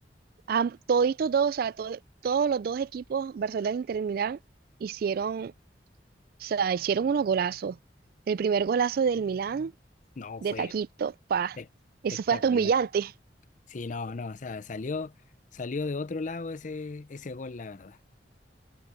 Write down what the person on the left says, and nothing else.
no,
fue
espe-
espectacular.
Sí, no, no, o sea, salió, salió de otro lado ese, ese gol, la verdad.